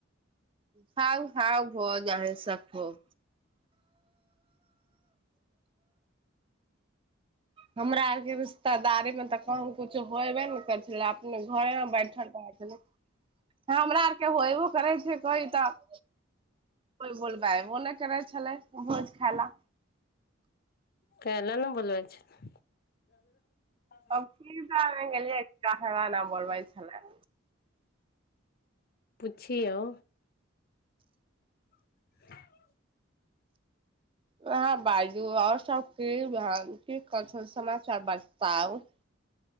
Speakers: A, on the right; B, on the left.
A: खाउ-खाउ भोज अहि सब खूब हमरा आरके रिश्तेदारी मे तऽ कह कुछु होयबे नु करै छल अपने घरेमे बैठल में रहै छैल हमरा आर होएबो करै छै कोइ तऽ कोइ बोलबैहो नहि करै छलै भोज खाय ला
B: कइले ने बोलबय छै <inaudible>
A: अब की जाने गेलियै काहे ले नय बोलबै छलै।
B: पुछीयो। <inaudible>
A: हहाँ बाजू आओर सब की कनन समाचार बताताउ <inaudible>